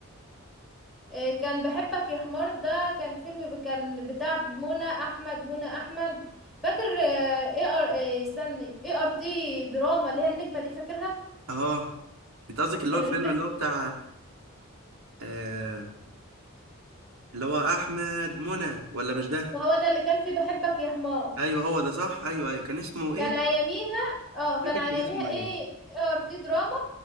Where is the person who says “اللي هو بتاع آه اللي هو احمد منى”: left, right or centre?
Right